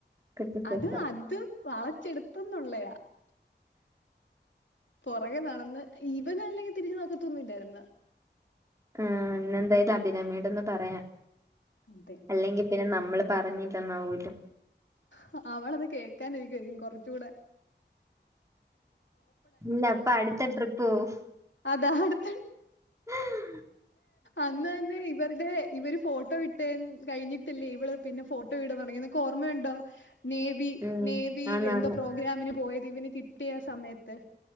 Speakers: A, on the right; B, on the left.
A: കൊച്ച് സേഫാ
B: അത് അത് വളച്ചെടുത്തന്നുള്ളയാ പൊറകെ നടന്ന് ഇവനല്ലെങ്കി തിരിഞ്ഞ് നോക്കത്തൊന്നും ഇല്ലാര്ന്ന്
A: ഉ ഇന്നെന്തായാലും അഭിരാമിയോടൊന്നു പറയാം
B: അതെ
A: അല്ലെങ്കിപ്പിന്നെ നമ്മള് പറഞ്ഞില്ലന്നാവൂലോ
B: ഹാ അവളത് കേക്കാനിരിക്കാരിക്കും കൊറച്ചൂടെ
A: ഇല്ലപ്പടുത്ത ട്രിപ്പ് പോവും
B: അതാടുത്തെ
A: ഉ <inaudible>
B: അന്നന്നെ ഇവ ടെ ഇവര് ഫോട്ടോ ഇട്ടേൻ കഴിഞ്ഞിട്ടി ല്ലേ ഇവള് പിന്നെ ഫോട്ടോ ഇടൻ തുടങ്ങിയത് നിനക്ക് ഓർമ്മയുണ്ടോ? നേവി
A: ഉം
B: നേവീവ്
A: ആന്നാന്ന്
B: എന്തോ പ്രോഗ്രാമിന് പോയത് ഇവന് കിട്ടിയ ആ സമയത്ത്